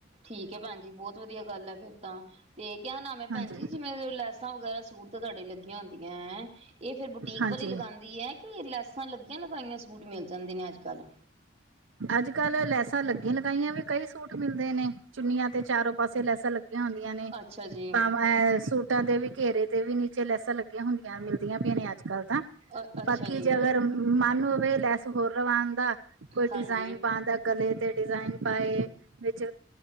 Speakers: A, on the right; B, on the right.
A: ਠੀਕ ਹੈ ਭੈਣ ਜੀ ਬਹੁਤ ਵਧੀਆ ਗੱਲ ਹੈ ਫੇਰ ਤਾਂ ਤੇ ਕਿਆ ਨਾਮ ਹੈ ਭੈਣ
B: ਹਾਂਜੀ
A: ਜੀ ਜਿਵੇਂ ਲੈਸ। ਲੈਸਾ ਵਗੈਰਾ ਸੂਟ ਤੇ ਤੁਹਾਡੇ ਲੱਗੀਆਂ ਹੁੰਦੀਆਂ ਐ ਫਿਰ ਬੁਟੀਕ
B: ਹਾਂਜੀ
A: ਵਾਲੀ ਲਗਾਉਂਦੀ ਹੈ। ਐ ਲੈਸਾਂ ਲੱਗੀਆਂ ਲਗਾਈਆਂ ਸੂਟ ਮਿਲ ਜਾਂਦੇ ਨੇ ਅੱਜ ਕੱਲ।
B: ਅੱਜ ਕੱਲ ਲੈਸਾਂ ਲੱਗੀ ਲਗਾਈਆਂ ਵੀ ਕਈ ਸੂਟ ਮਿਲਦੇ ਨੇ ਚੁੰਨੀਆਂ ਤੇ ਚਾਰੋਂ ਪਾਸੇ ਲੈਸਾਂ ਲ ਹੁੰਦੀਆਂ ਨੇ
A: ਅੱਛਾ ਜੀ
B: ਬਵ ਸ ਸੂਟਾ ਦੇ ਵੀ ਘੇਰੇ ਤੇ ਵੀ ਨੀਚੇ ਲੈਸਾਂ ਲੱਗੀਆਂ ਹੁੰਦੀਆਂ ਮਿਲਦੀਆਂ ਪਈ ਨੇ ਅੱਜ ਕੱਲ੍ਹ ਤਾਂ।
A: ਅ ਅੱਛਾ
B: ਬਾਕੀ
A: ਜੀ
B: ਜੇ ਅਗਰ ਮਨ ਹੋਵੇ ਲੈਸ ਹੋਰ ਲਵਾਨ ਦਾ ਕੋਈ
A: ਹਾਂਜੀ
B: ਐਦਾ ਗਲੇ ਤੇ ਡਿਜ਼ਾਇਨ ਪਾਏ ਵਿੱਚ